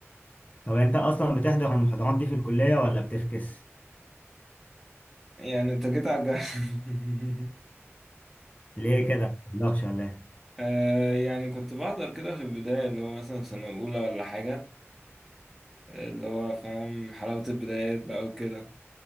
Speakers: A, on the left; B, in the centre.
A: طب انت اصلا بتحضر المحاضرات دي في الكليه ولا بتفكس
B: يعني أنت جيت على الجرح. <laughs>
A: ليه كده ما بتحضرش ولا ايه
B: آه يعني كنت بحضر كده في البداية اللي هو مثلا سنة أولى ولا حاجة آه، اللي هو فاهم حلاوة البدايات بقى وكده